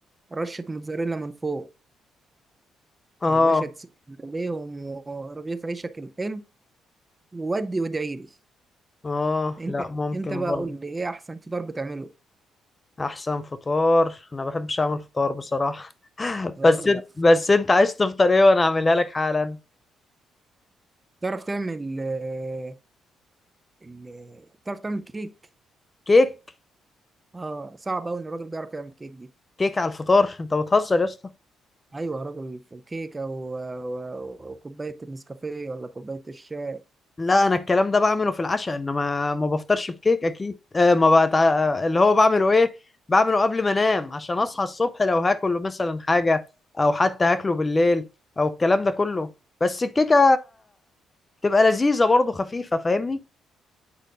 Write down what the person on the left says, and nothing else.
اه
اه
لا ممكن
برضو
احسن فطار انا ما بحبش اعمل فطار بصراحه <laughs>
بس
انت
بس انت عايز تفطر ايه وانا اعملها لك حالا
كيك
كيك على الفطار انت بتهزر يا اسطى
لا انا الكلام ده بعمله في العشاء انما ما بفطرش بكيك اكيد آه ما بقى تع... اللي هو بعمله ايه بعمله قبل ما انام عشان اصحى الصبح لو هاكله مثلا حاجه او حتى هاكله بالليل او الكلام ده كله بس الكيكه تبقى لذيذه برضه خفيفه فاهمني